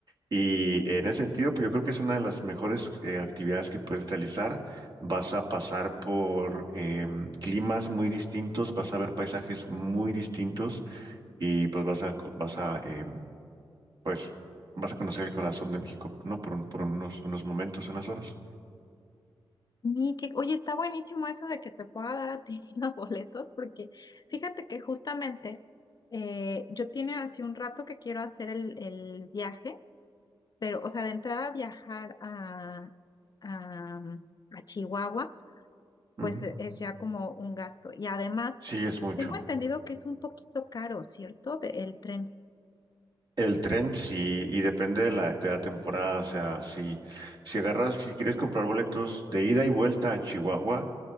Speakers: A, on the right; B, on the left.
A: Y en ese sentido, pues yo creo que es una de las mejores eh, actividades que puedes realizar. Vas a pasar por em, climas muy distintos, vas a ver paisajes muy distintos y pues vas a, co- vas a, em, pues, vas a conocer el corazón de México, ¿no? Por, un- por unos, unos momentos, unas horas.
B: Y que, oye, está buenísimo eso de que te pueda dar a ti <laughs> los boletos, porque fíjate que justamente eh, yo tiene hace un rato que quiero hacer el, el viaje, pero, o sea, de entrada viajar a, a, mm, a Chihuahua pues
A: Ujú.
B: e- es ya como un gasto. Y además,
A: Sí, es mucho.
B: tengo entendido que es un poquito caro, ¿cierto? De- el tren.
A: El tren sí, y depende de la, de la temporada, o sea, si, si agarras, si quieres comprar boletos de ida y vuelta a Chihuahua,